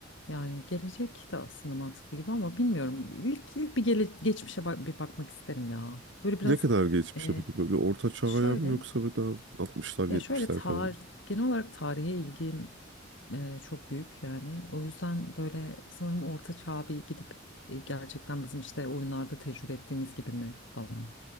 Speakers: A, on the left; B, on the right.
A: yani gelecek de aslında mantıklı gibi ama bilmiyorum. İlk, ilk bir gele- geçmişe bak- bir bakmak isterim ya. Böyle biraz
B: Ne kadar geçmişe
A: eee,
B: peki böyle orta çağ'a
A: şöyle
B: mı yoksa böyle daha 60'lar 70'ler
A: ya şöyle tarih
B: falan?
A: genel olarak tarihe ilgim eee, çok büyük yani. O yüzden böyle sanırım orta çağa bir gidip e, gerçekten bizim işte oyunlarda tecrübe ettiğimiz gibi mi falan